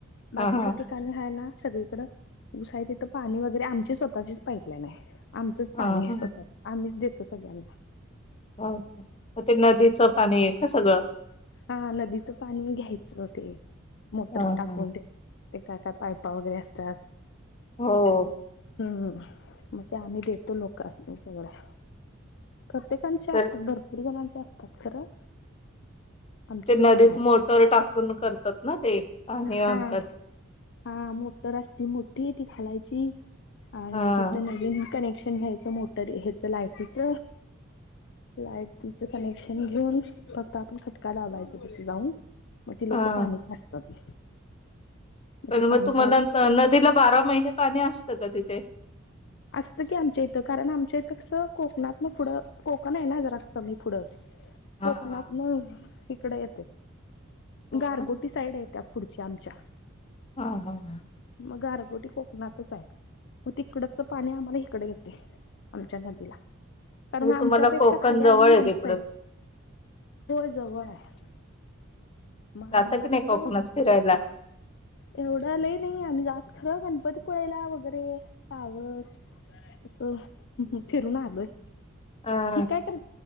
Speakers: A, on the left (about 60°); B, on the left (about 30°).
A: बाकीचे
B: हा हा
A: ते पाणी हाय ना सगळीकडं, ऊस हाय तिथं पाणी वगैरे आमची स्वतःचीच पाईपलाईन हाय. आमचच पाणी
B: हा
A: हाय
B: हा
A: स्वतःच, आम्हीच देतो सगळ्यांला.
B: हा म ते नदीचं पाणीये कां सगळं?
A: हां, नदीचं पाणी घ्यायचं ते, मोटर
B: ह
A: टाकून
B: ह
A: ते ते काय-काय पायपा वगैरे असतात.
B: हो हो.
A: हम्म, म ते आम्ही देतो लोकासनी सगळं. प्रत्येकांची असतात,
B: तर
A: भरपूर जणांचे असतात खरं. आमची
B: ते नदीत
A: पण हाय
B: मोटर टाकून करतात ना ते आणि
A: हा
B: आणतात.
A: हा मोटर असती मोठी ती घालायची, आणि
B: हा
A: तिथं नवीन कनेक्शन घ्याय च मोटरी, ह्याच लायटीच लाईटीच कनेक्शन घेऊन फक्त आपण खट का लावायचं तिथ जाऊन, म ती लोक
B: हा
A: पाणी पाजतात. मग
B: पण
A: ते पाणी
B: म तुम्हाला
A: पाजतात
B: नदीला, बारा महिने पाणी असतं का तिथे?
A: असतं की आमच्या इथं, कारण आमच्या इथं कसं कोकणात न पुढं कोकण आहे ना जरा कमी पुढं
B: हा
A: कोकणात
B: हा
A: न इकड येतय.
B: हो
A: गारगोटी
B: ना
A: साईड ये त्या पुढची आमच्या.
B: हा हा.
A: म गारगोटी कोकणातच हाय म तिकडच पाणी आम्हाला हिकडं येतय. आमच्या नदीला, कारण
B: म्हणजे
A: आमच्यापेक्षा
B: तुम्हाला कोकण
A: खाली
B: जवळ
A: अजून माणसं
B: आहे तिकडून
A: आहेत होय जवळ हाय, म
B: जाता
A: आमला
B: की नाही
A: कसं
B: कोकणात फिरायला?
A: एवढं लय नाही आम्ही जात खरं गणपतीपुळेला वगैरे, पावस असं फिरून आलोय.
B: हा
A: की काय कर